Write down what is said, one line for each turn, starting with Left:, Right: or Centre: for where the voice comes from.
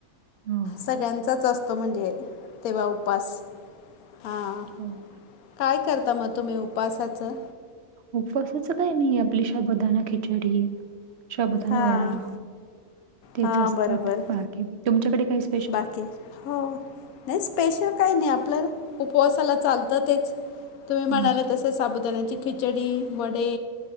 Right: हो,
Left: सगळ्यांचाच असतो म्हणजे तेव्हा उपास. हां
Right: हो.
Left: काय करता म तुम्ही उपासाचं?
Right: उपवासाचा काय नाही आपली शाबुदाना खिचडी, शबुदाना
Left: हां
Right: वडा. तेच
Left: हां
Right: असतात
Left: बरोबर
Right: बाकी! तुमच्याकडे काहीच
Left: बाकी! हो, नाही स्पेशल काही नाही, आपल्या उपवासाला चालतं तेच! तुम्ही म्हणाले
Right: हं,
Left: तसे साबुदाण्याची खिचडी, वडे,